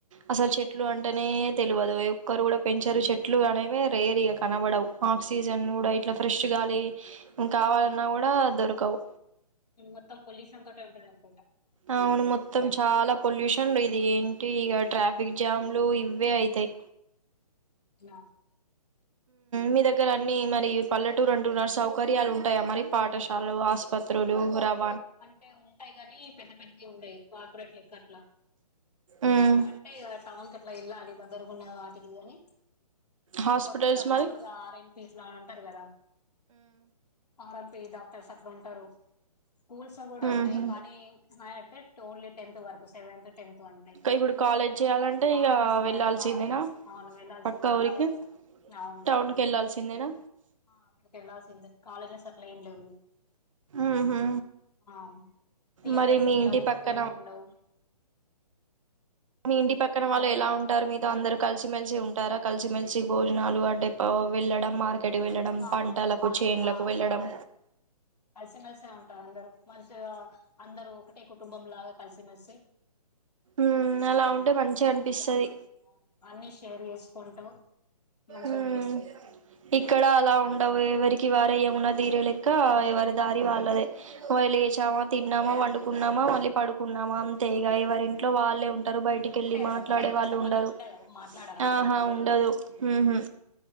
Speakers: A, on the right; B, on the left.
A: అసలు చెట్లు అంటేనే తెల్వదు. ఒక్కరు కూడా పెంచరు. చెట్లు అనేవి రేర్ ఇక కనబడవు. ఆక్సిజన్ కూడా ఇట్లా ఫెష్ట్ గాలి ఇ కావాలన్నా కూడా దొరకవు
B: మొత్తం పొల్యూషన్ అంతా అట్టా ఉం
A: అవును మొత్తం చాలా పొల్యూషన్ ఇది ఏం అంటే ఇక ట్రాఫిక్ జామ్లు ఇవ్వే అయితాయి
B: నా
A: మీ దగ్గర అన్ని మరి పల్లెటూరు అంటున్నారు. సౌకర్యాలు ఉంటాయా మరి పాఠశాలలు, ఆస్పత్రులు, ఓహరం
B: అంటే ఉంటాయి కాని పెద్ద పెద్ద ఉండేయి కార్పొరేట్ లెక్క అట్లా
A: ఉమ్
B: ఏమన్నా అంటే ఇగ టౌన్ కు అట్లా ఎళ్ళాలి దగ్గరకున్న వాటికి కాని
A: హాస్పిటల్స్
B: కాకపోతే ఇక
A: మరి
B: మామూలుగా ఆర ఎం పీస్ లాంటి ఉంటారు కదా ఆరమ్ ఈ డాక్టర్స్ అట్లుంటరు కూల్స్ కూడా
A: ఉహు
B: ఉన్నాయి కానీ ప్చ్ ఆటేట్ ఓన్లీ టెత్ వరకు సెవెంత్ టెంతు అంతే
A: ఇప్పుడు
B: కాల్
A: కాలేజ్ చేయాలంటే
B: కాలెజెస్
A: ఇక వెళ్ళాల్సిందేనా
B: లేదు ఆ అవును వెలల్సిందే
A: పక్క ఊరికి
B: కాలేజెస్ అవును
A: టౌన్ కి వెళ్ళాల్సిందేనా
B: ఆ అక్కడకి ఎలాల్సిం ఎందుకు కాలజస్ అట్ ఎం లేవు
A: ఉహు
B: ఆ థియేటర్స్
A: మరి మీ
B: ఉండవు
A: ఇంటి పక్కన
B: ఏం ఉండవు
A: మీ ఇంటి పక్కన వాళ్ళు
B: మనం
A: ఎలా
B: వెళ్ళాలి
A: ఉంటారు మీతో అందరు కలిసిమెలిసి ఉంటారా కలిసిమెలిసి భోజనాలు అడ్డే వెళ్ళడం మార్క్ ఎటు వెళ్ళడం
B: అవును
A: పంటలకు
B: అందరు
A: చేన్లకు
B: ఆ
A: వెళ్లడం
B: కలిసిమెలిసే అందరు మంచిగా అందరు ఒకటే కుటుంబం లాగా కలిసిమెలిసి
A: ఊమ్ అలా ఉంటే మంచిగనిపిస్తది
B: అంది ఆ అవును అన్ని షేర్ చేసుకుంటూ మంచిగనిపిస్తది
A: ఉమ్ ఇక్కడ అలా ఉండవు ఎవరికి వారే ఏమునా తీరే లెక్క ఎవరి దారి వాళ్ళదే ఒయి లేచామా తిన్నామా వండుకున్నామా మళ్ళీ పడుకున్నామా అంతే ఇగ ఎవరి ఇంట్లో వాళ్ళే ఉం టారు బయటికెళ్ళి
B: అంటే ఎవరితో
A: మాట్లాడే
B: వాళ్ళకు
A: వాళ్ళు
B: సంబంధం
A: ఉండరు
B: ఉండదా మాట్లాడరా ఒకరికొకరు
A: ఆహా ఉండదు ఉహు